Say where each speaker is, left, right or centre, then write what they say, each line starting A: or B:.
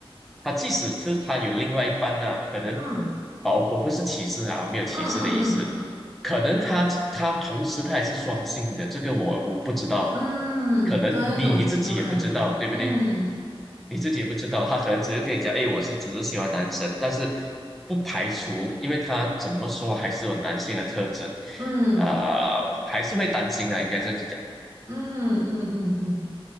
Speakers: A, in the centre; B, on the right.
A: 他即使是他有另外一半呢、可能
B: 嗯
A: 哦，我不是歧视啊，没有歧视的意思，
B: 嗯嗯嗯嗯
A: 可能他他同时他也是双性的，这个我我不知道，
B: 嗯，
A: 可能你自己也不知道，
B: 对，有有可能，
A: 对不对？
B: 嗯
A: 你自己也不知道，他可能只是跟你讲，哎，我是只是喜欢男生，但是不排除，因为他怎么说还是有男性的特征，
B: 嗯
A: 啊、我还是会担心的，应该这样子讲。
B: 嗯嗯嗯嗯，